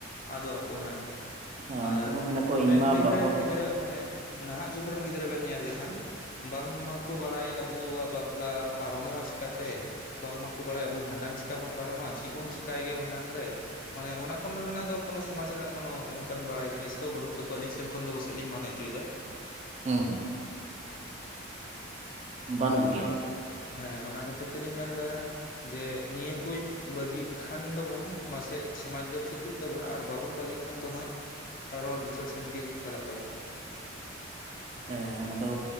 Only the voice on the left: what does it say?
ᱟᱫᱚᱜ ᱟᱠᱚ
ᱦᱮᱸ
ᱟᱨ
ᱦᱟᱯᱮᱱ
ᱫᱤᱱ
ᱨᱮᱱ ᱜᱤᱫᱽᱨᱟᱹ ᱢᱟᱱᱮ ᱱᱟᱦᱟᱜ ᱡᱩᱜᱽ ᱨᱮᱱ ᱜᱤᱫᱽᱨᱟᱹ ᱵᱮᱱ ᱧᱮᱞ ᱞᱮᱠᱷᱟᱱ ᱵᱟᱝᱢᱟᱠᱚ ᱵᱟᱲᱟᱭ ᱟᱵᱚᱣᱟᱜ ᱵᱟᱯᱞᱟ ᱯᱟᱨᱚᱢᱚᱜᱼᱟ ᱪᱤᱠᱟ ᱛᱮ ᱵᱟᱝ ᱢᱟᱠᱚ ᱵᱟᱲᱟᱭ ᱟᱵᱚ ᱵᱷᱟᱸᱰᱟᱱ ᱪᱤᱠᱟᱹ ᱵᱚᱱ ᱯᱟᱨᱚᱢᱟ ᱪᱮᱫ ᱵᱚᱱ ᱪᱤᱠᱟᱹᱭ ᱜᱮᱭᱟ ᱵᱷᱟᱸᱰᱟᱱ ᱨᱮ ᱢᱟᱱᱮ ᱚᱱᱟ ᱠᱚ ᱨᱮᱱᱟᱜ ᱫᱚ ᱠᱳᱱᱳ ᱥᱚᱢᱟᱡᱽ ᱨᱮᱱᱟᱜ ᱠᱳᱱᱳ ᱱᱚᱝᱠᱟᱱ ᱵᱟᱲᱟᱭ ᱡᱤᱱᱤᱥ ᱫᱚ ᱵᱟᱹᱱᱩᱜ ᱛᱟᱠᱚᱣᱟ ᱟᱹᱞᱤᱧ ᱥᱮᱱ ᱠᱷᱚᱱ ᱫᱚ ᱯᱟᱥᱮᱡ ᱞᱤᱧ ᱢᱚᱱᱮ ᱪᱚᱭ ᱮᱫᱟ
ᱚ ᱚᱱᱟ
ᱠᱷᱟᱛ ᱦᱮᱸ ᱚᱱᱟ ᱠᱷᱟᱹᱛᱤᱨ ᱛᱮᱞᱤᱧ ᱢᱮᱱᱫᱟ ᱡᱮ ᱱᱤᱭᱟᱹ ᱠᱩᱡ ᱵᱟᱹᱜᱤ ᱠᱷᱟᱱ ᱫᱚᱵᱚᱱ ᱢᱟᱥᱮᱡ ᱥᱚᱢᱟᱡᱽ ᱫᱚ ᱴᱷᱤᱠᱚᱜ ᱛᱟᱵᱚᱱᱟ ᱟᱨ ᱵᱟᱵᱚᱱ ᱵᱟᱹᱜᱤ ᱠᱷᱟᱱ ᱫᱚ ᱦᱟᱸᱜ ᱟᱨᱚ ᱞᱤᱪᱟᱹᱲ ᱥᱮᱱ ᱜᱮ ᱪᱟᱞᱟᱜ ᱛᱟᱵᱚᱱᱟ